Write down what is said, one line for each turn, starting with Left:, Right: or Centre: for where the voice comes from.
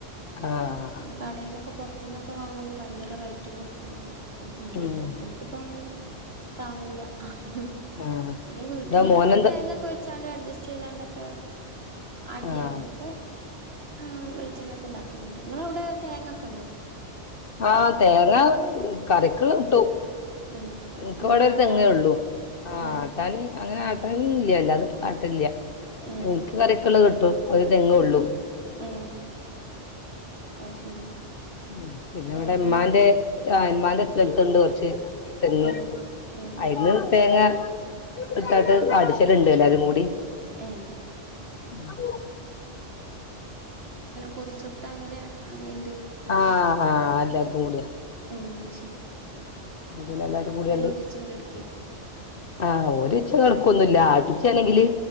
Left: ആഹ്
Right: പിന്നെ കടേന്നൊക്കെ പൊർ ത്തുന്നൊക്കെ വാങ്ങുമ്പോൾ ഭയങ്ക റേറ്റും കൊടുക്കണം. ഇപ്പം നമ്മളെപ്പോൽത്തോൽക്ക്
Left: ഉം
Right: ഇപ്പാണ് താങ്ങൂല ഹും
Left: ആഹ്
Right: പിന്നെ വീട്ടിലുള്ള-
Left: എന്താ മോനെന്താ
Right: തേങ്ങക്കൊയ് ച്ചാണ്ട് അഡ്ജസ്റ്റ് ചെയ്താണ്ടൊക്കെ ആട്ടിയാ
Left: ആഹ്
Right: അങ്ങനക്ക്- അ വെളിച്ചെണ്ണ ക്കെ ണ്ടാക് ഇണ്ട് നിങ്ങളവിടെ തേങ്ങൊക്കെ ഉണ്ടോ?
Left: ആഹ് തേങ്ങ കറിക്ക് ള്ളത് കിട്ടും.
Right: ഏ
Left: ഇൻക്കിവിടെ
Right: ഇങ്ങനെ
Left: ഒരുതെങ്ങേ.
Right: ആട്ടാന്
Left: ഉള്ളൂ ആ
Right: ഏ
Left: ആട്ടാന് അങ്ങനെ ആട്ടും ഇല്ല്യല്ലാ അത് ആട്ടലില്ല
Right: ഏ
Left: എനിക്ക് കറി ക്കള് കിട്ടും ഒരു തെങ്ങേ ഉള്ളൂ
Right: ഉം ആയ് ശരി
Left: ഉം പിന്നെവിടെ
Right: തേങ്ങ
Left: ഉമ്മാന്റെ ആ ഇമ്മാന്റെ സ്ഥലത്തുണ്ട് കെറച്ച് തെങ്ങ്
Right: ഏ ഏ
Left: ആയിന്ന് തേങ്ങ ഇട്ടാട്ട് അടിച ല്ണ്ട് <unintelligible> എല്ലാരും കൂടി
Right: ഉം
Left: ഉം
Right: പൊതു സ്വത്ത് അങ്ങനെ അങ്ങെ
Left: ആഹ് ആഹ് അൽ ല്ലാർതും കൂട്യ
Right: ഉം ശെരി
Left: പെതുവെ എല്ലാരും ക്കൂട്യാണ്ട്
Right: ഒരുമിച്ച് ഇങ്ങനെ എടുക്കേക്കും
Left: ആഹ് ഒരു മിച്ച് കെടക്കൊന്നുല്ല ആട്ച്ചണെങ്കില്